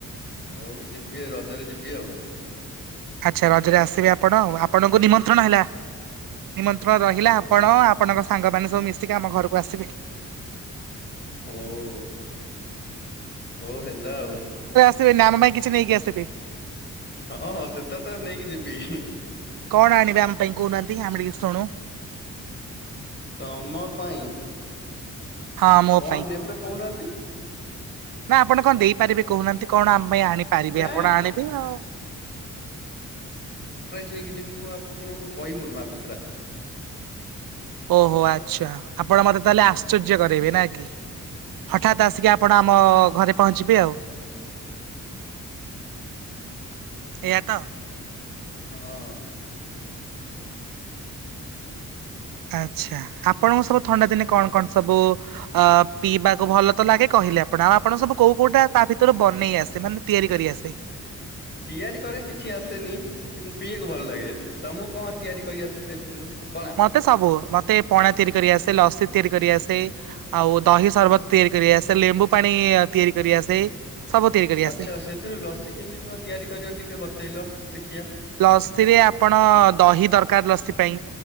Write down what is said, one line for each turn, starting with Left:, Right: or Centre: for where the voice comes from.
Left: ହଉ ଯିବି ରଜରେ ଯିବି ଆଉ।
Right: ଆଚ୍ଛା ରଜରେ ଆସିବେ ଆପଣ ଆ ଆପଣଙ୍କୁ ନିମନ୍ତ୍ରଣ ହେଲା। ନିମନ୍ତ୍ରଣ ରହିଲା
Left: ହଉ
Right: ଆପଣ
Left: ଯି
Right: ଆପଣଙ୍କ ସାଙ୍ଗମାନେ ସବୁ ମିଶିକି ଆମ ଘରକୁ ଆସିବେ।
Left: ହଉ ହଉ। ହଉ ହେଲା ଆଉ।
Right: ଆସିବ ଆମ ପାଇଁ କିଛି ନେଇକି ଆସିବି
Left: ହଁ ହଁ ସେଟ ତ ନେଇକି ଯିବି।
Right: କଣ ଆଣିବେ ଆମ ପାଇଁ କହୁନାହାନ୍ତି ଆମେ ଟିକେ ଶୁଣୁ।
Left: ତମ ପାଇଁ
Right: ହଁ ମୋ
Left: କଣ
Right: ପାଇଁ
Left: ନେବେ କହୁନାହାନ୍ତି।
Right: ନା ଆପଣ କଣ ଦେଇପାରିବେ କହୁନାହାନ୍ତି। କଣ ଆମ ପାଇଁ ଆଣିପାରିବେ
Left: ନା
Right: ଆପଣ ଆଣିବେ ଆଉ
Left: କିଛି ମୁଁ ଆପଣଙ୍କୁ କହିବୁନୁ ଆଗତୁରା
Right: ଓହୋ ଆଚ୍ଛା ଆପଣ ମତେ ତାହେଲେ ଆଶ୍ଚର୍ଯ୍ୟ କରାଇବେ ନା କି ହଠାତ୍ ଆସିକି ଆପଣ ଆମ ଘରେ ପହଞ୍ଚିବେ ଆଉ ଏଆ ତ
Left: ହଁ।
Right: ଆଚ୍ଛା ଆ ଆପଣଙ୍କ ସବୁ ଥଣ୍ଡା ଦିନେ କଣ କଣ ସବୁ ଅ ପିଇବାକୁ ଭଲ ତ ଲାଗେ କହିଲେ ଆପଣ ଆଉ ଆପଣ ସବୁ କୋଉ କୋଉଟା ତା ଭିତରେ ବନେଇ ଆସେ ମାନେ ତିଆରି କରି ଆସେ
Left: ତିଆରି କରେ କିଛି ଆସେନି କିନ୍ତୁ ପିଇକୁ ଭଲ ଲାଗେ ତମକୁ କଣ ତିଆରି କରିଆସେ ସେ ଭିତରୁ ପଣା?
Right: ମତେ ସବୁ ମତେ ପଣା ତିଆରି କରି ଆସେ ଲସି ତିଆରି କରି ଆସେ ଆଉ ଦହି ସରବତ ତିଆରି କରି ଆସେ ଲେମ୍ବୁ ପାଣି ତିଆରି କରି ଆସେ ସବୁ ତିଆରି କରି
Left: ଆଚ୍ଛା
Right: ଆସେ।
Left: ସେଥିରୁ ଲସି କେମିତି କଣ ତିଆରି କରିବ ଟିକେ ବତେଇଲ ଶିଖିବା
Right: ଲସି ରେ ଆପଣ ଦହି ଦରକାର ଲସି ପାଇଁ